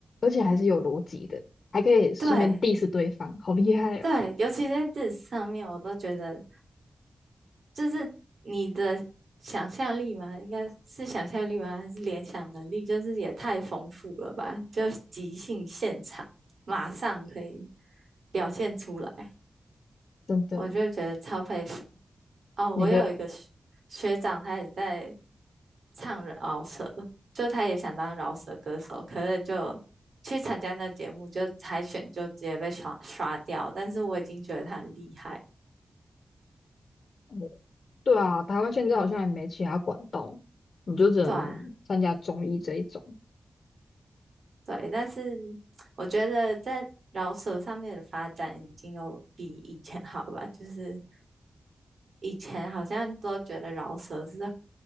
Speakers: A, on the left (about 60°); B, on the right (about 65°).
A: 还是有逻辑的，还可以顺便
B: 对
A: diss 对方，好厉害哦！
B: 对，尤其在这上面，我都觉得，就是你的想象力嘛，应该是想象力吗？还是联想能力？就是也太丰富了吧，就即兴现场，马上可以表现出来。
A: 真的，
B: 我就觉得超佩服。哦，
A: 哪个？
B: 我有一个学学长，他也在唱饶舌，就他也想当饶舌歌手，可是就去参加那节目，就海选就直接被刷刷掉。但是我已经觉得他很厉害，
A: 嗯对啊，台湾现在好像也没其他管道，你就只能参加综艺这一种。
B: 对啊，对。但是我觉得在饶舌上面的发展已经有比以前好吧，就是。以前好像都觉得饶舌是